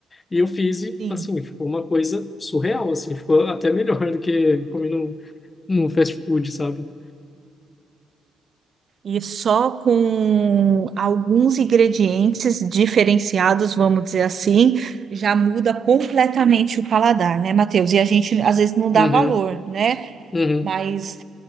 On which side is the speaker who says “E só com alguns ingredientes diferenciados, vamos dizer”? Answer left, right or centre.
Right